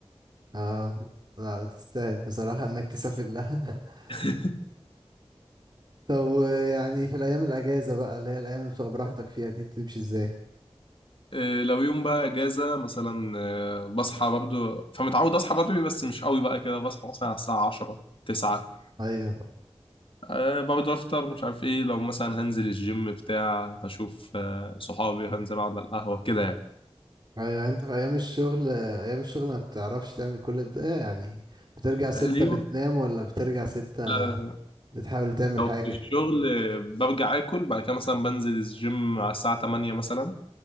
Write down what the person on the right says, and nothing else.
اه لا بتستاهل بصراحة انك تسافر لها <laughs>
طب آه، يعني في الأيام الأجازة بقى اللي هي الأيام اللي بتبقى براحتك فيها دي بتمشي ازاي؟
ايوه
ايوه انت في ايام الشغل ايام الشغل ما بتعرفش تعمل كل ده يعني بترجع ستة
بتنام ولا بترجع ستة
بتحاول تعمل
حاجة